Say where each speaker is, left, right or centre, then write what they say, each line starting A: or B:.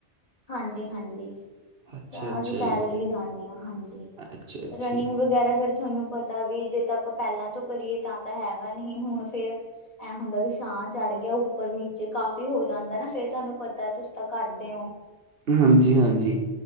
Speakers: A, on the left; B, on the right.
A: ਹਾਂਜੀ ਹਾਂਜੀ।
B: ਅੱਛਾ
A: ਤਾਂ
B: ਅੱਛਾ
A: ਅਸੀਂ
B: ਜੀ
A: ਪੈਦਲ ਹੀ ਜਾਂਦੇ ਹਾਂ ਹਾਂਜੀ।
B: ਅੱਛਾ ਅੱਛਾ
A: ਰਨਿੰਗ
B: ਜੀ
A: ਵਗੈਰਾ ਫਿਰ ਤੁਹਾਨੂੰ ਪਤਾ ਵੀ ਜੇ ਤਾਂ ਆਪਾਂ ਪਹਿਲਾਂ ਤੋਂ ਕਰੀਏ ਤਾਂ-ਤਾਂ ਹੈਗਾ ਨਹੀਂ ਹੁਣ ਫਿਰ ਐਂ ਹੁੰਦਾ ਵੀ ਸਾਹ ਚੜ੍ਹ ਗਿਆ। ਉੱਪਰ ਨੀਚੇ ਕਾਫ਼ੀ ਹੋ ਜਾਂਦਾ ਨਾ ਫਿਰ ਤੁਹਾਨੂੰ ਪਤਾ ਤੁਸੀਂ ਤਾਂ ਕਰਦੇ ਹੋ।
B: ਹਾਂਜੀ-ਹਾਂਜੀ।